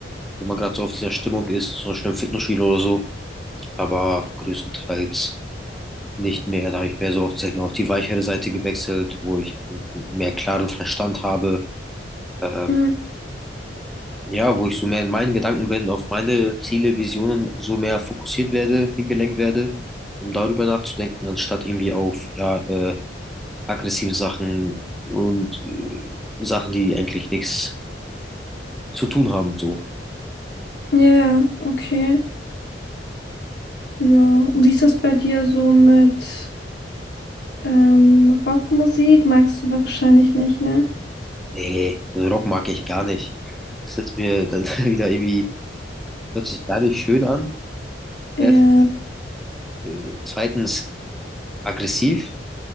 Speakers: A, in the centre; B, on the left (about 65°).
A: wenn man gerade so auf dieser Stimmung ist, zum Beispiel im Fitnessstudio oder so. aber größtenteils nicht mehr. Da habe ich mehr so auf, sag ich mal, auf die weichere Seite gewechselt, wo ich einen mehr klaren Verstand habe. Ähm,
B: hm,
A: ja, wo ich so mehr in meinen Gedanken bin, auf meine Ziele, Visionen so mehr fokussiert werde, hingelenkt werde, um darüber nachzudenken, anstatt irgendwie auf ja, äh, aggressive Sachen und äh, Sachen, die eigentlich nichts zu tun haben. So,
B: ja, ja, okay. Ja, und wie ist das bei dir so mit ähm, Rockmusik? Magst du wahrscheinlich nicht, ne?
A: nee, also Rock mag ich gar nicht. Das ist mir dann <laughs> wieder irgendwie, hört sich gar nicht schön an.
B: Ja.
A: Erst. äh, zweitens aggressiv,